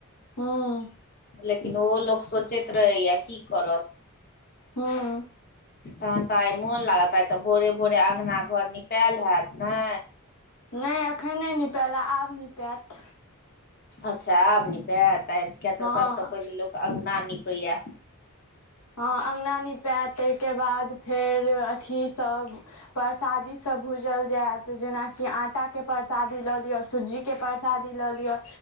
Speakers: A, on the left; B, on the left.
A: हाँ
B: लेकिन ओहो लोक सोचैत रहैया की करत
A: हुॅं
B: तहन तऽ आइ मोन लागत आइ तऽ भोरे -भोरे अंगना घर निपायल हयत ने
A: नय अखन नय निपायल आब निपायत
B: अच्छा आब नीपायत आ किया
A: हँ
B: तऽ सबसँ पहिले लोक अगना नीपैया
A: हँ अगना निपायएत ताहिके बाद फेर अथी सभ परसादी सब भूजल जायत जेनाकि आटा के परसादी लऽ लिय सुज्जी के परसाद शादी लऽ लिअ